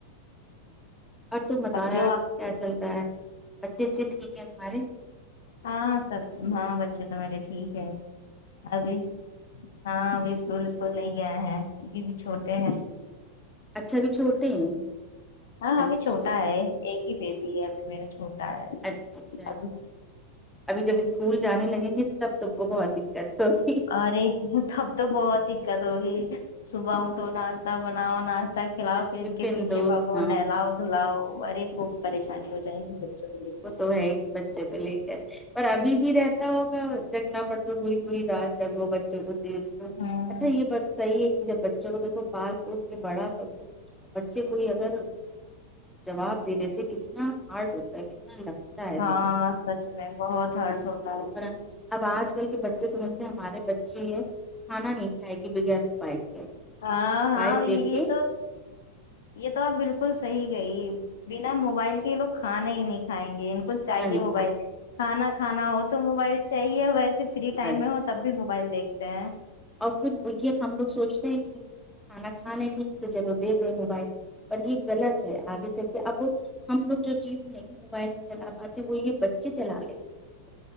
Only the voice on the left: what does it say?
اب جو
آپ
ہاں سب ہاں بچے تو میرے ٹھیک ہے ابھی ہاں ابھی اسکول وسکول نہیں گئے ہیں کیونکی ابھی چھوٹے ہیں
ہاں
ابھی چھوٹا
ہے ایک ہی بیبی ہے میرا چھوٹا ہے
اب
ارے تب تو بہت دقت ہوگی صبح اٹھو ناشتہ بناؤ ناشتہ کھلاؤ فیر
ان کے پیھے
بھگو
نہلاؤ دھلاؤ ارے خوب پریشانی ہو جائے گی بچوں کو لے کے
ہاں
ہاں
سچ میں بہت ہارڈ ہوتا ہے
ہاں
ہاں یہ
یہ تو یہ تو آپ بلکل صحی گئی بنا موبائل کے یہ لوگ کھانا ہی نہیں کھائیں گے
چاہیے
موبائل
کھانا کھانا ہو تو موبائل چاہیے ویسے فری
ٹائم میں ہو تب بھی موبائل دیکھتے ہیں